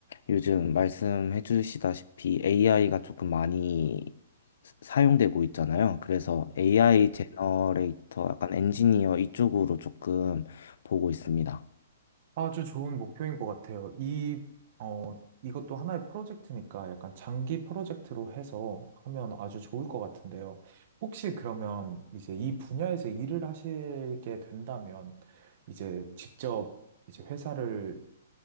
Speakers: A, on the left (about 60°); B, on the right (about 50°).
A: 요즘 말씀해 주시다시피 AI가 조금 많이 사- 사용되고 있잖아요. 그래서 AI 제너레이터, 약간 엔지니어 이쪽으로 조금 보고 있습니다.
B: 아주 좋은 목표인 것 같아요. 이, 어, 이것도 하나의 프로젝트니까 약간 장기 프로젝트로 해서 하면 아주 좋을 것 같은데요. 혹시 그러면 이제 이 분야에서 일을 하시게 된다면 이제 직접 이제 회사를